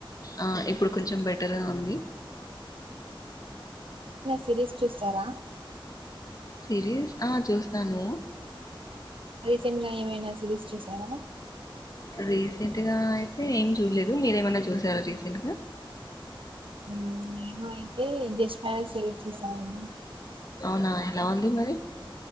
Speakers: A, on the left; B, on the right.
A: ఆ ఇప్పుడు కొంచెం బెటర్గా ఉంది
B: సిరీస్ట్రీస్టారా
A: సిరీస్ ఆ చూస్తాను
B: రీసెంట్ గా ఏమైనా సిరీస్ చూసారా
A: రీసెంట్గా అయితే ఏం చూడలేదు రు మీరు ఏమైనా చూశారా రీసెంట్గా
B: ఉ హీరోయిన్ అయితే జస్ట్ పాన్ సెలెక్ట్ చేసానండి
A: అవునా ఎలా ఉంది మరి